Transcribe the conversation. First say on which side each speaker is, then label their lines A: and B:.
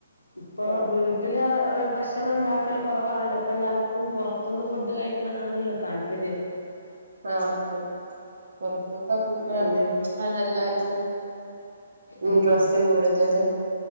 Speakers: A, on the left; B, on the right.
A: ഇപ്പൊ
B: ആഹ്
A: വീട്ടിൽ ഭക്ഷ ഭക്ഷണം ഉണ്ടാക്കല് കുറവാണല്ലോ, ഇപ്പോ എല്ലാവർക്കും പുറത്തുന്ന് ഫുഡ്കഴിക്കണതാണല്ലോ താല്പര്യം.
B: ആഹ്... അതേ, പുറത്ത്ത്തെ ഫുഡാ
A: എന്തെ
B: എല്ലാവർക്കും ഇൻട്രസ്റ്റ്
A: ആഹ്
B: കൂടുതൽ.